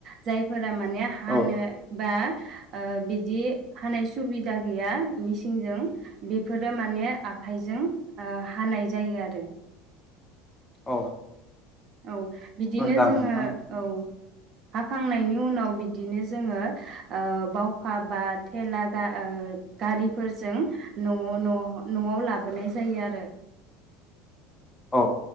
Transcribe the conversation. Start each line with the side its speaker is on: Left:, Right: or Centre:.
Right: जायफोर <unintelligible> माने हानो
Left: औ
Right: बा ओ बिदि हानाय सुबिदा गैया मेसिनजों बेफोरो माने आखाइजों ओ हानाय जायो आरो।
Left: औ
Right: औ बिदिनो
Left: मोजां
Right: जोङो
Left: नोंथां
Right: औ। हाखांनायनि उनाव बिदिनो जोङो ओ बावखा बा थेला गा ओ गारिफोरजों न'-न'-न'आव लाबोनाय जायो आरो।
Left: औ